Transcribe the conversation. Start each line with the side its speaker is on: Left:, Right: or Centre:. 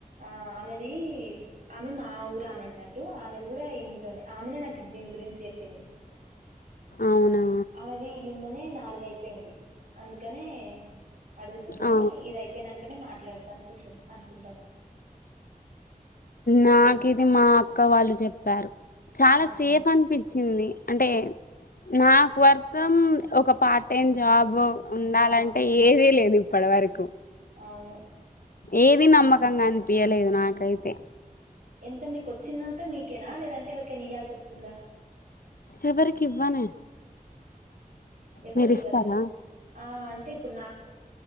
Right: ఆ ఆమెది ఆమె మా ఊరు ఆమె అన్నట్టు ఆమెది కూడా ఇందులోనే ఆమెనే నాకు దీని గురించి చెప్పింది
Left: అవునా
Right: అనేది నిన్ననే నాలుగు అయిపోయింది అందుకనే అడుగుతుంది
Left: ఆ
Right: కాని ఇది అయిపోయినాకనే మాట్లాడుతుంది నుకు అనుకుంటాను
Left: నాకు ఇది మా అక్క వాళ్ళు చెప్పారు చాలా
Right: అవునా!
Left: సేఫ్ అనిపించింది అంటే నాకు వర్తం ఒక పార్ట్ టైం జాబ ఉండాలంటే
Right: ఆ!
Left: ఏదిీ లేదు ఇప్పటి వరకు
Right: అవును.
Left: ఏది నమ్మకంగా అనిపయలేదు నాకైతే
Right: ఎంత మీకుొచ్చిందంతా మీకేనా లేదంటే ఎవరికైనా ఇ్యాల్సి వస్తుందా
Left: ఎవరి క్వ నే
Right: ఎవరికివ్వరా?
Left: మీరు ఇస్తారా
Right: ఆ అంటే ఇప్పుడు నా